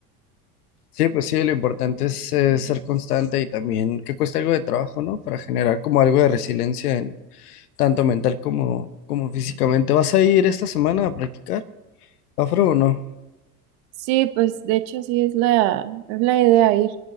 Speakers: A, on the left (about 70°); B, on the right (about 55°).
A: Sí, pues sí, lo importante es eh, ser constante y también que cueste algo de trabajo, ¿no? Para generar como algo de resiliencia en tanto mental como, como físicamente. ¿Vas a ir esta semana a practicar afro o no?
B: Sí, pues de hecho sí es la, es la idea ir.